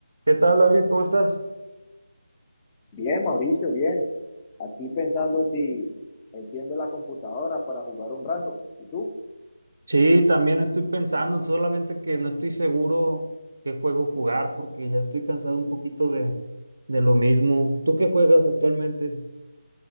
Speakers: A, on the right (about 55°); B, on the left (about 20°).
A: ¿Qué tal, David? ¿Cómo estás?
B: Bien, Mauricio, bien. Aquí pensando si enciendo la computadora para jugar un rato. ¿Y tú?
A: Sí, también estoy pensando, solamente que no estoy seguro qué juego jugar porque ya estoy cansado un poquito de, de lo mismo. ¿Tú qué juegas actualmente?